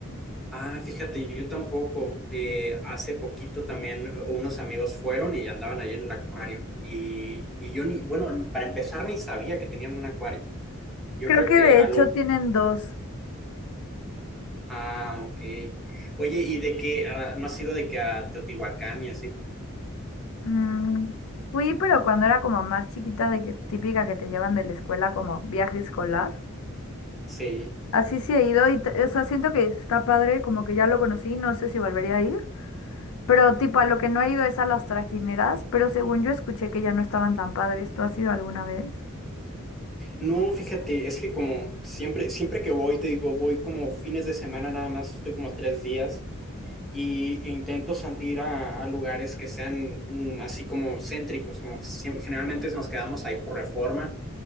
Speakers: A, in the centre; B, on the left.
A: Ah, fíjate, yo tampoco. Eh, hace poquito también unos amigos fueron y andaban ahí en el acuario. Y, y yo ni, bueno, para empezar ni sabía que tenían un acuario. Yo
B: Creo
A: creo
B: que
A: que
B: de
A: a
B: hecho
A: lo...
B: tienen dos.
A: Ah, ok. Oye, ¿y de qué? ah, ¿no ha sido de que a Teotihuacán y así?
B: Mm, fui, pero cuando era como más chiquita, de que típica que te llevan de la escuela como viaje escolar.
A: Sí.
B: Así sí he ido y, t- o sea, siento que está padre, como que ya lo conocí, no sé si volvería a ir. Pero tipo, a lo que no he ido es a las trajineras, pero según yo escuché que ya no estaban tan padres. ¿Tú has ido alguna vez?
A: No, fíjate, es que como siempre, siempre que voy, te digo, voy como fines de semana nada más, estoy como tres días. y intento salir a, a lugares que sean mm, así como céntricos, como si- generalmente nos quedamos ahí por reforma,